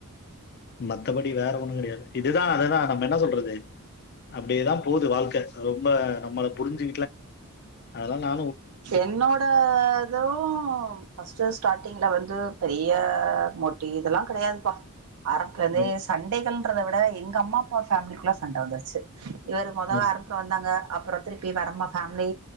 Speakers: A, on the left; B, on the right.
A: மத்தபடி வேற ஒண்ணு கெடையாது இதுதா அதுதா நம்ம என்ன சொல்றது அப்டியேதா போது வாழ்க்க ரொம்ப நம்மள புரிஞ்சு அதெலா நா
B: என்னோடது ஃபஸ்ட்டு ஸ்டார்டிங்ள வந்து பெரி ய மொட்டி இதெல்லா கெடையாதுப்பா ஆரம்த்துலந்தே
A: ம்.
B: சண்டைகள் ட்றத விட எங்க அம்மா அப்பா ஃபேமிலிக்குள்ள சண்ட வந்துருச்சு இவர் மொத
A: அ.
B: ஆரம்பத்துல வந்தாங்க அப்றோ திருப்பி வரமா ஃபேமிலி